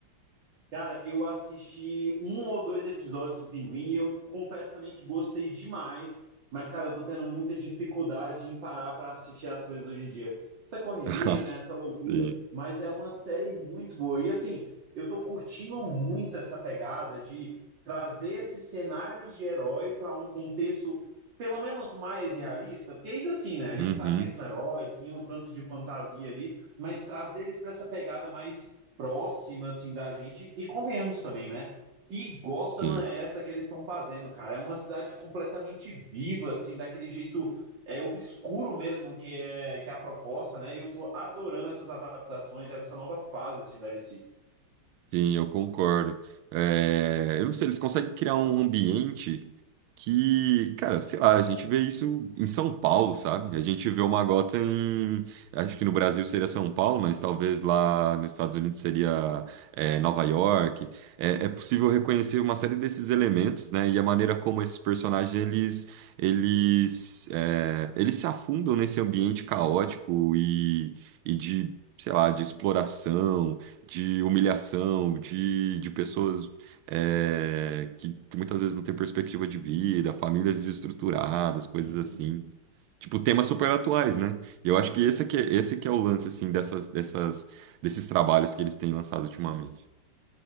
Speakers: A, on the right (about 60°); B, on the right (about 75°).
A: Cara, eu assisti um ou dois episódios do Pinguim e eu confesso também que gostei demais, mas, cara, eu tô tendo muita dificuldade em parar pra assistir as coisas hoje em dia. Essa correria,
B: <laughs> Ah,
A: né?
B: sim.
A: Essa loucura, mas é uma série muito boa. E assim, eu tô curtindo muito essa pegada de trazer esses cenários de herói pra um contexto pelo menos mais realista, porque ainda assim, né? A gente
B: Uhum,
A: sabe que eles são heróis, tem um tanto de fantasia ali, mas trazer eles pra essa pegada mais próxima, assim, da gente. E convenhamos também, né? E Gotham
B: sim.
A: é essa que eles estão fazendo, cara. É uma cidade completamente viva, assim, daquele jeito é obscuro mesmo que é que é a proposta, né? E eu tô adorando essas adaptações, essa nova fase assim da DC.
B: Sim, eu concordo. É, eu não sei, eles conseguem criar um ambiente que, cara, sei lá, a gente vê isso em São Paulo, sabe? A gente vê uma gota em. Acho que no Brasil seria São Paulo, mas talvez lá nos Estados Unidos seria, é, Nova York. É, é possível reconhecer uma série desses elementos, né? E a maneira como esses personagens eles, eles, é, eles se afundam nesse ambiente caótico e, e de. Sei lá, de exploração de humilhação, de, de pessoas é, que, que muitas vezes não têm perspectiva de vida, famílias desestruturadas, coisas
A: Sim.
B: assim. Tipo, temas super atuais, né? E eu acho que esse aqui, é- esse que é o lance, assim, dessas, dessas, desses trabalhos que eles têm lançado ultimamente.